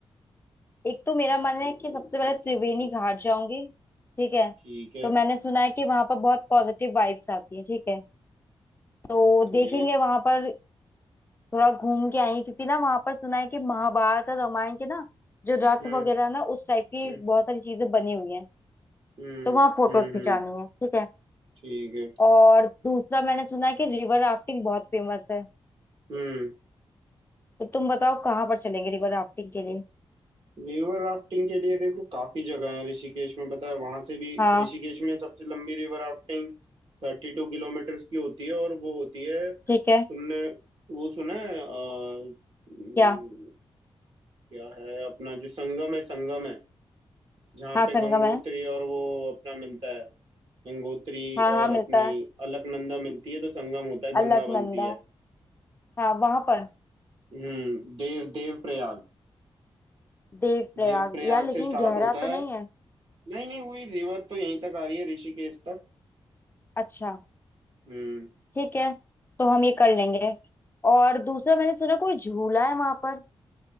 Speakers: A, on the left; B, on the right.
A: एक तो मेरा मन है कि सबसे पहले त्रिवेणी घाट जाऊंगी ठीक है
B: ठीक है
A: तो मैंने सुना है कि वहां पर बहुत पॉजिटिव वाइब्स आती है ठीक है तो
B: ओके
A: देखेंगे वहां पर थोड़ा घूम के आएंगे क्योंकि ना वहां पर सुना है कि महाभारत और रामायण के ना जो रथ
B: हम्म
A: वगैरह ना उस टाइप की
B: हम्म
A: बहुत सारी चीजें बनी हुई हैं
B: हम्म
A: तो वहां फोटोज
B: हम्म
A: खिंचानी
B: हम्म,
A: है ठीक है
B: ठीक है
A: और दूसरा मैंने सुना है कि रिवर राफ्टिंग बहुत फेमस है
B: हम्म
A: तो तुम बताओ कहाँ पर चलेंगे रिवर राफ्टिंग के लिए
B: रिवर राफ्टिंग के लिए देखो काफी जगह है ऋषिकेश में पता है वहां से भी
A: हाँ
B: ऋषिकेश में सबसे लंबी रिवर राफ्टिंग थर्टी टू किलोमीटर की होती है और वो होती है तुमने
A: ठीक है
B: वो सुना है अ, उम,
A: क्या
B: क्या है अपना जो संगम है संगम है जहाँ
A: हाँ
B: पे
A: संगम
B: गंगोत्री
A: है
B: और वो अपना मिलता है गंगोत्री
A: हाँ हाँ
B: और
A: मिलता
B: अपनी
A: है
B: अलकनंदा मिलती है तो संगम होता है
A: अलकनंदा
B: गंगा बनती है
A: हाँ वहां पर
B: हम्म देव देव प्रयाग
A: देव प्रयाग
B: देव प्रयाग
A: यार लेकिन
B: से स्टार्ट
A: गहरा
B: होता
A: तो
B: है
A: नहीं है
B: नहीं नहीं वही रिवर तो यहीं तक आ रही है ऋषिकेश तक
A: अच्छा
B: हम्म
A: ठीक है तो हम ये कर लेंगे और दूसरा मैंने सुना कोई झूला है वहां पर